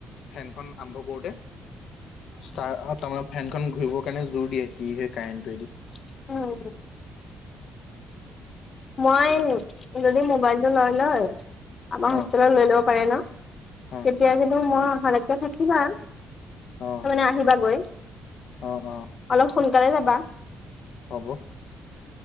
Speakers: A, on the left; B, on the left.
A: ফেনখন আৰম্ভ কৰোতে ষ্টাৰ অ তাৰমানে ফেনখন ঘূৰিবৰ কাৰণে জোৰ দিয়ে সি সেই কাৰেণ্টোৱেদি
B: উম মই যদি মোবাইলটো লৈ লয় আমাৰ হোষ্টেলত
A: অ
B: লৈ ল'ব পাৰে ন
A: অ
B: তেতিয়া কিন্তু মই অহালেকে থাকিবা
A: অ
B: নে আহিবা গৈ
A: অ হঅ
B: অলপ সোনকালে যাবা
A: হ'ব